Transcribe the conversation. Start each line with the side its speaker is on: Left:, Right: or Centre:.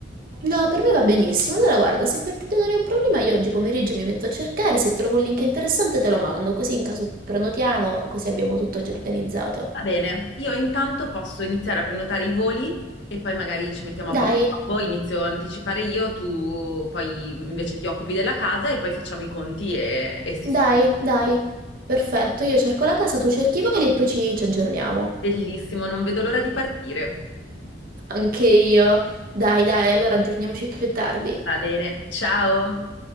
Right: No, per me va benissimo. Allora, guarda, se per te non è un problema, io oggi pomeriggio mi metto a cercare, se trovo un link interessante te lo mando, così in caso prenotiamo, così abbiamo tutto già organizzato.
Left: Va bene, io intanto posso iniziare a prenotare i voli e poi magari ci mettiamo a posto.
Right: Dai,
Left: Poi inizio a anticipare io, tu poi invece ti occupi della casa e poi facciamo i conti e, e sistemiamo.
Right: dai, dai.
Left: tutto.
Right: Perfetto, io cerco la casa, tu cerchi i voli e poi ci ci aggiorniamo.
Left: Bellissimo, non vedo l'ora di partire.
Right: Anche io. Dai, dai, allora aggiorniamoci più tardi.
Left: Va bene, ciao.